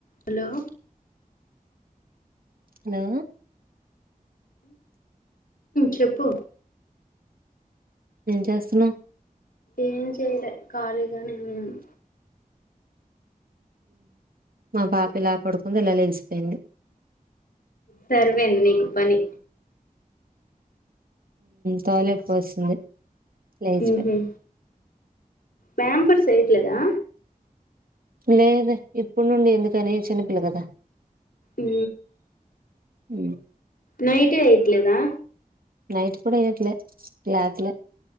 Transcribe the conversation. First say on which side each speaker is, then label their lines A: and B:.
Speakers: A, on the left; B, on the right.
A: Hello
B: hello
A: చెప్పు
B: చేస్తునా
A: ఏం చేయర కళగానేే ఉన్నాను
B: మా పాప ఇలా పడుకుందో ఇలా లేలిసిిపోయింది
A: సర్వేను నకు పని
B: టాయిలెట్ పర్సంది లేజ
A: ఉహు ప్యాంపర్స్ ఎయట్లేదా
B: లేదు ఇప్పుడు నుండి ఎందుకని చిన్నపిల్ల కదా
A: ఉ
B: అ
A: నైట్ ఎయిట్లదా
B: నైట్ కూడా కూడా ఏకులే రాత్ల